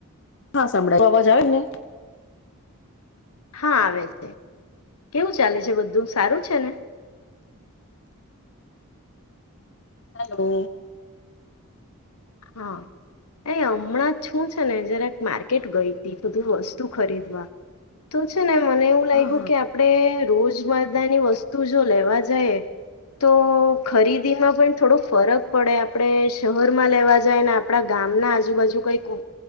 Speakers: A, on the left; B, on the left.
A: હા સાભળાય અવાજ આવે
B: હા આવે છે કેવું ચાલે છે બધું સારું છે ને
A: હલો
B: હા તે હમણાં હું છુ ને ને જરાક મા કેટ ગઈ ત બધું વસ્તુ ખરીદવા તો છે ને મને એવું લાગ્યું
A: હા હા
B: કે આપડે રોજ મર્દા ની વસ્તુ જો લેવા જાયે તો ખરીદીમાં પણ થોડોક ફરક પડે આપડે શહેર માં લેવા આપણા ગામ ના આજુબાજુ કઈ દુ